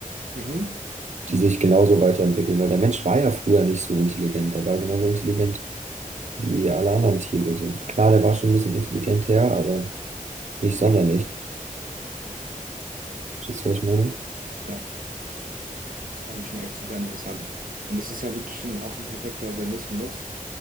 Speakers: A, on the right (about 80°); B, on the right (about 55°).
A: Mhm.
B: die sich genauso weiterentwickeln, weil der Mensch war ja früher nicht so intelligent, der war genauso intelligent wie alle anderen Tiere. So, klar, der war schon ein bisschen intelligenter, aber nicht sonderlich.
A: Mhm.
B: Verstehst du, was ich meine?
A: Ja, ist eigentlich schon echt super interessant. Und es ist ja wirklich ein, auch ein perfekter Organismus,